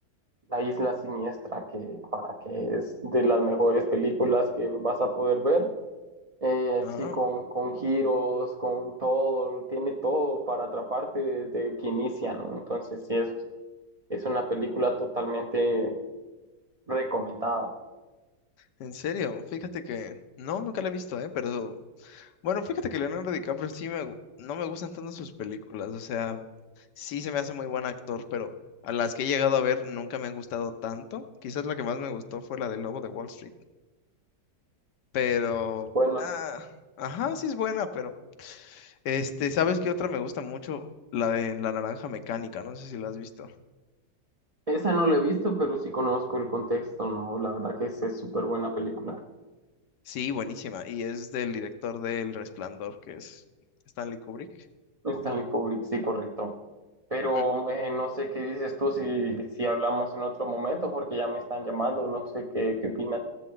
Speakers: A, on the right; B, on the left.
A: La Isla Siniestra, que para que es de las mejores películas que vas a poder ver. Eh,
B: Ah,
A: así con, con giros, con todo, tiene todo para atraparte desde que inicia, ¿no? Entonces sí, es, es una película totalmente recomendada.
B: en serio, fíjate que... No, nunca la he visto, ¿eh? Pero... Bueno, fíjate que Leonardo DiCaprio sí me... gu- No me gustan tanto sus películas, o sea, sí se me hace muy buen actor, pero a las que he llegado a ver nunca me han gustado tanto. Quizás la que más me gustó fue la de Lobo de Wall Street, pero...
A: Bueno,
B: ah, ajá, sí es buena, pero... Este, ¿sabes qué otra me gusta mucho? La de La Naranja Mecánica, no sé si la has visto.
A: esa no la he visto, pero sí conozco el contexto, ¿no? La verdad que es es súper buena película.
B: Sí, buenísima. Y es del director del Resplandor, que es Stanley Kubrick.
A: Stanley Kubrick, sí, correcto. Pero
B: Mm.
A: eh, no sé qué dices tú si, si hablamos en otro momento, porque ya me están llamando, no sé qué, qué opinas.